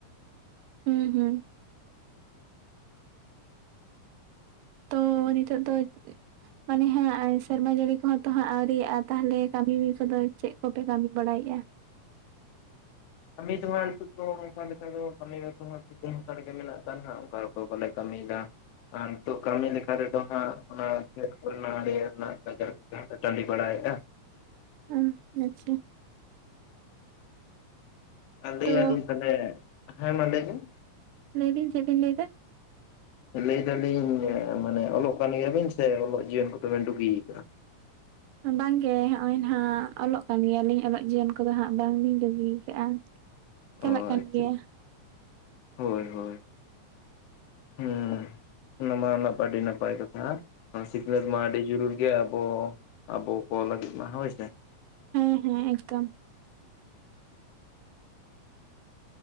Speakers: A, on the right; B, on the left.
A: ᱦᱩᱸ ᱦᱩᱸ᱾ ᱛᱳ ᱱᱤᱛᱚᱜ ᱫᱚᱭ ᱼᱼ ᱢᱟᱱᱮ ᱦᱟᱸᱜ ᱥᱮᱨᱢᱟ ᱡᱟᱹᱲᱤ ᱠᱚᱦᱚᱸ ᱛᱚ ᱦᱟᱸᱜ ᱟᱹᱣᱨᱤᱭᱟᱜᱼᱟ, ᱛᱟᱦᱚᱞᱮ ᱠᱟᱹᱢᱤ ᱠᱚᱫᱚ ᱪᱮᱫ ᱠᱚᱯᱮ ᱠᱟᱹᱢᱤ ᱵᱟᱲᱟᱭᱮᱫᱼᱟ?
B: ᱠᱟᱹᱢᱤ ᱫᱚ ᱦᱟᱸᱜ ᱱᱤᱛᱚᱜ ᱫᱚ ᱚᱱᱠᱟ ᱞᱮᱠᱟ ᱫᱚ ᱠᱟᱹᱢᱤ ᱠᱚ ᱫᱚ ᱛᱚ ᱦᱟᱸᱜ ᱛᱷᱩᱠᱩᱢ ᱦᱟᱛᱟᱲ ᱜᱮ ᱢᱮᱱᱟᱜ ᱟᱠᱟᱫ ᱦᱟᱸᱜ ᱚᱱᱠᱟ ᱵᱟᱞᱮ ᱠᱟᱹᱢᱤᱭᱮᱫᱟ᱾ ᱟᱨ ᱛᱚ ᱠᱟᱹᱢᱤ ᱞᱮᱠᱟ ᱛᱮᱫᱚ ᱦᱟᱸᱜ ᱚᱱᱟ ᱠᱷᱮᱛ ᱠᱚᱨᱮᱱᱟᱜ ᱟᱲᱮ ᱨᱮᱱᱟᱜ ᱜᱟᱡᱟᱲ ᱠᱚ ᱴᱟᱺᱰᱤ ᱵᱟᱲᱟᱭᱮᱫᱟ᱾
A: ᱦᱩᱸ ᱟᱪᱪᱷᱟ᱾
B: ᱟᱨ ᱞᱟᱹᱭ
A: ᱛᱚ
B: ᱮᱜ ᱟᱞᱤᱧ ᱯᱟᱸᱡᱟᱭᱮᱜ‌ ᱟᱭ ᱦᱮᱸ ᱢᱟ ᱞᱟᱹᱭ ᱵᱤᱱᱼᱼ
A: ᱞᱟᱹᱭ ᱵᱤᱱ ᱪᱮᱫ ᱵᱤᱱ ᱞᱟᱹᱭ ᱮᱫᱟ?
B: ᱞᱟᱹᱭ ᱫᱟᱞᱤᱧ ᱢᱟᱱᱮ ᱚᱞᱚᱜ ᱠᱟᱱ ᱜᱮᱭᱟᱵᱤᱱ ᱥᱮ ᱚᱞᱚᱜ ᱡᱤᱭᱚᱱ ᱠᱚᱫᱚᱵᱤᱱ ᱰᱩᱜᱤ ᱟᱠᱟᱜᱼᱟ?
A: ᱵᱟᱝᱜᱮ ᱦᱚᱜᱼᱚᱭ ᱱᱟᱦᱟᱜ ᱚᱞᱚᱜ ᱠᱟᱱ ᱜᱮᱭᱟ ᱞᱤᱧ ᱚᱞᱚᱜ ᱡᱤᱭᱚᱱ ᱠᱚᱫᱚ ᱦᱟᱸᱜ ᱵᱟᱝ ᱞᱤᱧ ᱰᱩᱜᱤ ᱟᱠᱟᱜᱼᱟ᱾
B: ᱚ
A: ᱪᱟᱞᱟᱜ ᱠᱟᱱ
B: ᱟᱪᱪᱷᱟ
A: ᱜᱮᱭᱟ᱾
B: ᱦᱳᱭ ᱦᱳᱭ᱾ ᱦᱩᱸ ᱚᱱᱟᱢᱟ ᱱᱟᱯᱟᱭ ᱟᱹᱰᱤ ᱱᱟᱯᱟᱭ ᱠᱟᱛᱷᱟ᱾ ᱥᱤᱠᱷᱱᱟᱹᱛ ᱢᱟ ᱟᱹᱰᱤ ᱡᱩᱨᱩᱲ ᱜᱮᱭᱟ, ᱟᱵᱚ ᱟᱵᱚ ᱠᱚ ᱞᱟᱹᱜᱤᱫ ᱢᱟ ᱦᱳᱭ ᱥᱮ᱾
A: ᱦᱮᱸ ᱦᱮᱸ ᱮᱠᱫᱚᱢ᱾